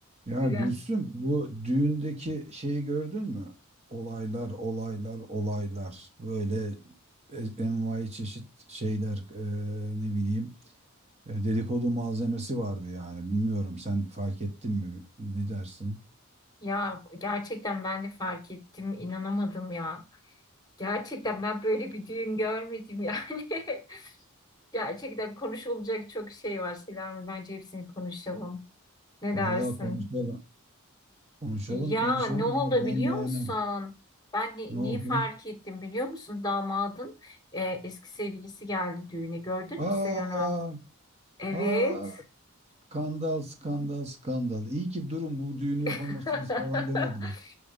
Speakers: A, on the right; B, on the left.
A: Ya
B: Öyle.
A: Gülsüm bu düğündeki şeyi gördün mü? Olaylar, olaylar, olaylar. Böyle e- envai çeşit şeyler e, ne bileyim e, dedikodu malzemesi vardı yani. Bilmiyorum sen fark ettin mi? Ne dersin?
B: Ya gerçekten ben de fark ettim, inanamadım ya. Gerçekten ben böyle bir düğün görmedim yani. <laughs> Gerçekten konuşulacak çok şey var Selami. Bence hepsini konuşalım. Ne
A: Vallahi
B: dersin?
A: konuşalım. Konuşalım,
B: Ya
A: konuşalım
B: ne oldu
A: ya. Ben
B: biliyor
A: yani
B: musun? Ben ne,
A: ne oldu?
B: neyi fark ettim biliyor musun? Damadın e, eski sevgilisi geldi düğüne. Gördün mü
A: Aa,
B: sen onu? Evet.
A: aa, skandal, skandal, skandal. İyi ki durum bu düğünü yapamazsınız
B: <laughs>
A: falan demediler.